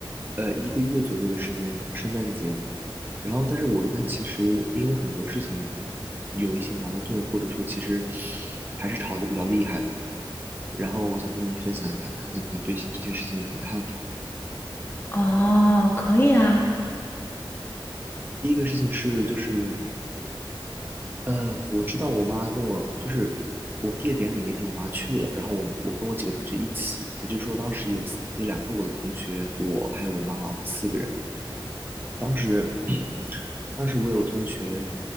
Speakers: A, on the right; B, on the left.
A: 呃，一个月左右的时间，圣诞节。然后，但是我跟她其实因为很多事情有一些矛盾，或者说其实还是吵得比较厉害的。然后我想跟你分享一下，看看你对这些事情有什么看法。
B: 哦，可以啊。
A: 第一个事情是，就是。呃，我知道我妈跟我就是我毕业典礼那天，我妈去了，然后我我跟我几个同学一起，也就是说当时有四有两个我的同学，我还有我妈妈，我们四个人。当时 <clears throat> 当时我有同学，